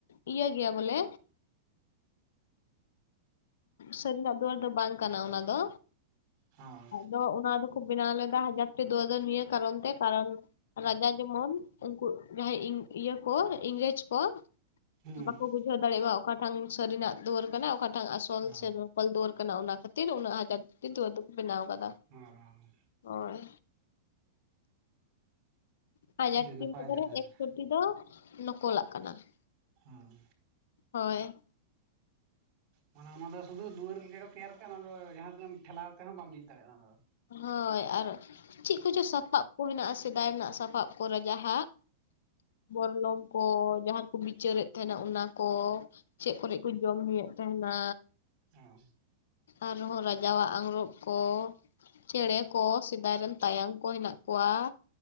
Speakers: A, on the left (about 75°); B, on the right (about 40°).
A: ᱤᱭᱟᱹ ᱜᱮᱭᱟ ᱵᱚᱞᱮ ᱥᱟᱹᱨᱤᱱᱟᱜ ᱫᱩᱭᱟᱹᱨ ᱫᱚ ᱵᱟᱝ ᱠᱟᱱᱟ ᱚᱱᱟ ᱫᱚ᱾
B: ᱦᱚᱸ
A: ᱟᱫᱚ ᱚᱱᱟ ᱫᱚᱠᱚ ᱵᱮᱱᱟᱣ ᱞᱮᱫᱟ ᱦᱟᱡᱟᱨ ᱴᱤ ᱫᱩᱣᱟᱹᱨ ᱫᱚ ᱱᱤᱭᱟᱹ ᱠᱟᱨᱚᱱ ᱛᱮ ᱠᱟᱨᱚᱱ ᱨᱟᱡᱟ ᱡᱮᱢᱚᱱ ᱩᱱᱠᱩ ᱡᱟᱦᱟᱸᱭ ᱤᱭᱟᱹ ᱠᱚ ᱤᱝᱨᱮᱡᱽ ᱠᱚ
B: ᱦᱩᱸ
A: ᱵᱟᱠᱚ ᱵᱩᱡᱷᱟᱹᱣ ᱫᱟᱲᱮᱜᱭᱟᱜ ᱢᱟ ᱚᱠᱟᱴᱟᱝ ᱵᱟᱠ ᱵᱩᱡᱷᱟᱹᱣ ᱫᱟᱲᱮᱭᱟᱜ ᱢᱟ, ᱥᱟᱹᱨᱤᱱᱟᱜ ᱫᱩᱣᱟᱹᱨ ᱠᱟᱱᱟ ᱚᱠᱟᱴᱟᱝ ᱟᱥᱚᱞ
B: ᱚ
A: ᱥᱮ ᱱᱚᱠᱚᱞ ᱫᱩᱣᱟᱹᱨ ᱠᱟᱱᱟ᱾ ᱚᱱᱟ ᱠᱷᱟᱹᱛᱤᱨ ᱩᱱᱟᱹᱜ ᱚᱱᱟ ᱠᱷᱟᱹᱛᱤᱨ ᱫᱩᱣᱟᱹᱨ ᱫᱚᱠᱚ ᱵᱮᱱᱟ ᱠᱟᱫᱟ
B: ᱦᱚᱸ
A: ᱦᱳᱭ ᱵᱟᱡᱟᱨ
B: ᱟᱹᱰᱤ
A: ᱴᱤ
B: ᱱᱟᱯᱟᱭ
A: ᱢᱚᱫᱽᱫᱷᱮ
B: ᱜᱮ
A: ᱨᱮ
B: ᱛᱟᱦᱚᱞᱮ
A: ᱮᱠᱥᱚᱴᱤ ᱫᱚ ᱱᱚᱠᱚᱞᱟᱜ ᱠᱟᱱᱟ ᱾
B: ᱦᱩᱸ
A: ᱦᱳᱭ
B: ᱢᱟᱱᱮ ᱚᱱᱟ ᱫᱚ ᱥᱩᱫᱷᱩ ᱫᱩᱣᱟᱹᱨ ᱞᱮᱠᱟ ᱚᱱᱟ ᱫᱚ ᱥᱩᱫᱷᱩ ᱫᱩᱣᱟᱹᱨ ᱜᱮ ᱠᱚ ᱛᱮᱭᱟᱨ ᱠᱟᱜᱼᱟ ᱾ ᱚᱱᱟ ᱫᱚ ᱡᱟᱦᱟᱸ ᱛᱤᱱᱟᱹᱜ ᱴᱷᱮᱞᱟᱣ ᱛᱮᱦᱚᱸᱢ ᱵᱟᱢ ᱡᱷᱤᱡ ᱫᱟᱲᱮᱭᱟᱜ-ᱟ ᱚᱱᱟ ᱫᱚ
A: ᱦᱳᱭ, ᱟᱨ ᱪᱮᱫ ᱠᱚᱪᱚ ᱥᱟᱯᱟᱵ ᱠᱚ ᱦᱮᱱᱟᱜ-ᱟ ᱥᱮᱫᱟᱭ ᱨᱮᱱᱟᱜ ᱥᱟᱯᱟᱵ ᱠᱚᱨᱮ ᱨᱟᱡᱟ ᱦᱟᱜ ᱵᱚᱨᱞᱚᱝ ᱠᱚ ᱡᱟᱦᱟᱸ ᱨᱮ ᱠᱚ ᱵᱤᱪᱟᱹᱨᱮᱫ ᱛᱟᱦᱮᱱᱟ ᱚᱱᱟ ᱠᱚ ᱪᱮᱫ ᱠᱚᱨᱮ ᱠᱚ ᱡᱚᱢ ᱧᱩᱭᱮᱫ ᱛᱟᱦᱮᱱᱟ
B: ᱦᱮᱸ ᱦᱮᱸ
A: ᱟᱨᱦᱚᱸ ᱨᱟᱡᱟᱣᱟᱜ ᱟᱝᱜᱨᱚᱵᱽ ᱠᱚ ᱪᱮᱬᱮ ᱠᱚ ᱥᱮᱫᱟᱭ ᱨᱮᱱ ᱛᱟᱭᱟᱱ ᱠᱚ ᱦᱮᱱᱟᱜ ᱠᱚᱣᱟ᱾